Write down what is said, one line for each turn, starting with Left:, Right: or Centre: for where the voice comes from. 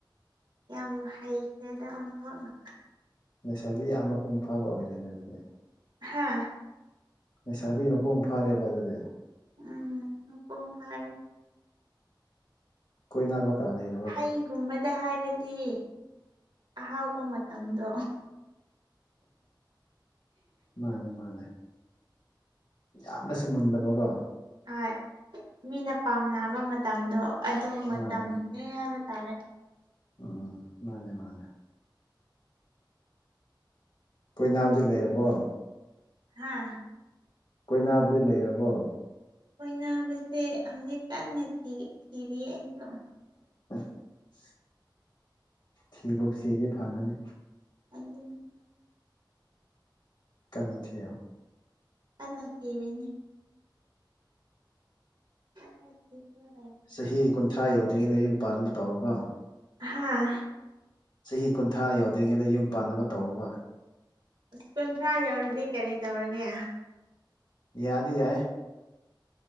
Right: ꯌꯥꯝ ꯍꯩꯈ꯭ꯔꯦꯗ ꯑꯣꯟꯊꯣꯛꯅ
Left: ꯂꯩꯁꯥꯕꯤ ꯌꯥꯝ ꯃꯄꯨꯡ ꯐꯥꯕ ꯑꯣꯏꯔꯦꯅꯦ ꯑꯗꯨꯗꯤ
Right: ꯍꯥꯥ
Left: ꯂꯩꯁꯥꯕꯤ ꯃꯄꯨꯡ ꯐꯥꯔꯦꯕ ꯑꯗꯨꯗꯤ
Right: ꯎꯝ ꯃꯄꯨꯡ ꯐꯔꯦ
Left: ꯀꯣꯏꯅꯕꯀ ꯥ ꯂꯩ
Right: ꯍꯩꯒꯨꯝꯕꯗ ꯍꯥꯏꯔꯗꯤ ꯑꯍꯥꯎꯕ ꯃꯇꯝꯗꯣ
Left: ꯃꯥꯅꯦ ꯃꯥꯅꯦ ꯌꯥꯝꯅꯁꯨ ꯃꯨꯟꯗꯕꯀꯣ
Right: ꯍꯣꯏ ꯃꯤꯅ ꯄꯥꯝꯅꯕ ꯃꯇꯝꯗꯣ ꯑꯗꯨ ꯃꯇꯝꯅꯦ
Left: ꯃꯥꯅꯦ
Right: ꯍꯥꯏꯕ ꯇꯥꯔꯦ
Left: ꯎꯝ ꯃꯥꯅꯦ ꯃꯥꯅꯦ ꯀꯣꯏꯅꯥꯕꯗꯤ ꯂꯩꯔꯕꯣ
Right: ꯍꯥꯥ
Left: ꯀꯣꯏꯅꯥꯕꯗꯤ ꯂꯩꯔꯕꯣ
Right: ꯀꯣꯏꯅꯕꯁꯦ ꯍꯧꯖꯤꯛ ꯀꯟꯅ ꯊꯤ ꯊꯤꯔꯤꯌꯦ ꯑꯩꯁꯨ
Left: <unintelligible> ꯊꯤꯕꯨ ꯊꯤꯔꯗꯤ ꯐꯪꯒꯅꯤ
Right: ꯑꯗꯨꯝ
Left: ꯀꯟꯅ ꯊꯤꯌꯣ
Right: ꯀꯟꯅ ꯊꯤꯔꯤꯅꯤ ꯀꯟꯅ ꯊꯤꯔꯒ
Left: ꯆꯍꯤ ꯀꯨꯟꯊ꯭ꯔꯥ ꯌꯧꯗ꯭ꯔꯤꯉꯩꯗ ꯌꯨꯝ ꯄꯥꯟꯅꯕ ꯇꯧꯑꯣꯀꯣ
Right: ꯍꯥꯥ
Left: ꯆꯍꯤ ꯀꯨꯟꯊ꯭ꯔꯥ ꯌꯧꯗ꯭ꯔꯤꯉꯩꯗ ꯌꯨꯝ ꯄꯥꯟꯅꯕ ꯇꯧꯑꯣꯕ
Right: ꯀꯨꯟꯊ꯭ꯔꯥ ꯌꯧꯔꯗꯤ ꯀꯔꯤ ꯇꯧꯔꯒꯦ
Left: ꯌꯥꯗꯤ ꯌꯥꯏ